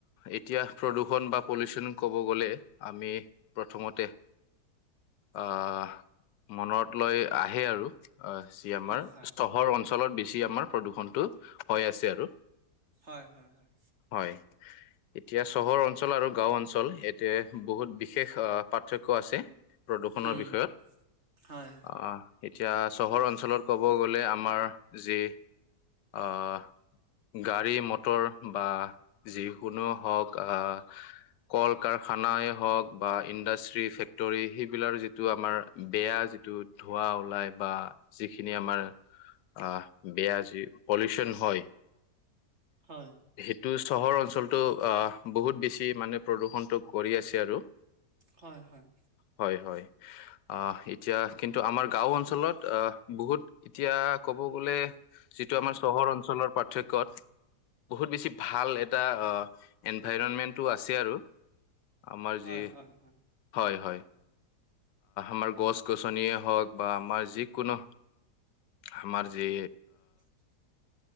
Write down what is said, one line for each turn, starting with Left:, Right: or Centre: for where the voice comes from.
Left: এতিয়া প্ৰদূষণ বা পলিউচন ক'ব গ'লে আমি প্ৰথমতে আহ, মনত লৈ আহে আৰু। অহ, যি আমাৰ
Right: হয় হয় হয়
Left: চহৰ অঞ্চলত বেছি আমাৰ প্ৰদূষণটো হৈ আছে আৰু।
Right: হয়, হয়, হয়।
Left: হয়। এতিয়া চহৰ অঞ্চল আৰু গাঁও অঞ্চল সেইটোৱে বহুত বিশেষ পাৰ্থক্য আছে। প্ৰদূষণৰ
Right: উম
Left: বিষয়ত
Right: হয়
Left: আহ। এতিয়া চহৰ অঞ্চলত ক'ব গ'লে আমাৰ যি অহ, গাড়ী-মটৰ বা যিকোনো হওক, আহ কল-কাৰখানাই হওক বা ইণ্ডাষ্ট্ৰি, ফেক্টৰী সেইবিলাৰ যিটো আমাৰ বেয়া যিটো ধোঁৱা ওলাই বা যিখিনি আমাৰ অ', বেয়া যি পলিউচন হয়।
Right: হয়।
Left: সেইটো চহৰ অঞ্চলটো বহুত আহ বেছি মানে প্ৰদূষণটো কৰি আছে আৰু।
Right: হয়, হয়।
Left: হয়, হয়। আহ, এতিয়া কিন্তু আমাৰ গাঁও অঞ্চলত বহুত এতিয়া ক'ব গ'লে যিটো আমাৰ চহৰ অঞ্চলৰ পাৰ্থক্যত বহুত বেছি ভাল এটা এনভাইৰণমেন্টটো আছে আৰু। আমাৰ
Right: হয়
Left: যি
Right: হয় হয় হয়
Left: হয় হয় আমাৰ গছ গছনিয়েই হওক বা আমাৰ যিকোনো আমাৰ যে
Right: <unintelligible>